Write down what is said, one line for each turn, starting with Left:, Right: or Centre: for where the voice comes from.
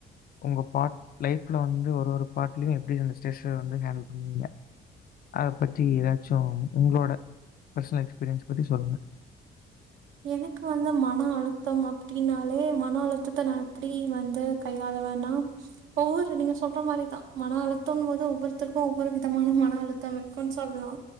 Left: உங்க பார்ட் லைஃப்ல வந்து ஒரு ஒரு பார்ட்லயும் எப்படி அந்த ஸ்ட்ரெஸ்ஸ வந்து ஹேண்டில் பண்ணுவீங்க அத பத்தி ஏதாச்சு உங்களோட பர்சனல் எக்ஸ்பீரியன்ஸ் பத்தி சொல்லுங்க
Right: எனக்கு வந்து மன அழுத்தம் அப்படினாலே மன அழுத்தத்த நா எப்படி வந்து கையாளுவேனா ஒவ்வொரு நீங்க சொல்ற மாரிதா மன அழுத்தம்னு போது ஒவ்வொருத்தருக்கு ஒவ்வொரு விதமான மன அழுத்தம் இருக்கும்ன்னு சொல்லலா